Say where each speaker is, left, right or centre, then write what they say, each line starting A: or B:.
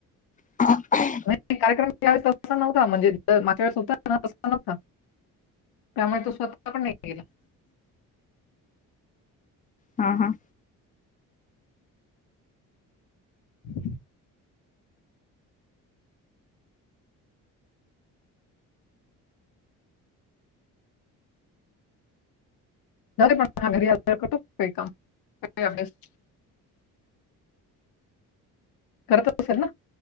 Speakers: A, on the left; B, on the left.
A: ह
B: नाही कार्यक्रमवेळेस तसा नव्हता म्हणजे माझ्या वेळेस होता तसा नव्हता त्यामुळे तो स्वतः पण नाही गेला
A: हा हा
B: हम् ज घर यादगार करू का काम अ्यास करत असेल ना <unintelligible>